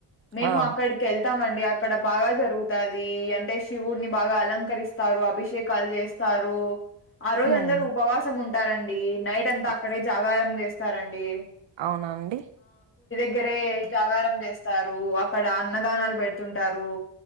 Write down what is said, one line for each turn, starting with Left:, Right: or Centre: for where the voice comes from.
Left: మేము
Right: ఆ!
Left: అక్కడికి ఎళ్తామం అండి అక్కడ బాగా జరుగుతాది అంటే శివుడిని బాగా అలంకరిస్తారు, అభిషేకాలు చేస్తారు. ఆ రోజు
Right: హ్మ్.
Left: అందరూ ఉపవాసం ఉంటారండి, నైట్ అంతా
Right: అ
Left: అక్కడే జాగారం చేస్తారండి.
Right: అవునా అండి.
Left: గ్గరే జాగారం చేస్తారు, అక్కడ అన్నదానాలు పెడుతుంటారు.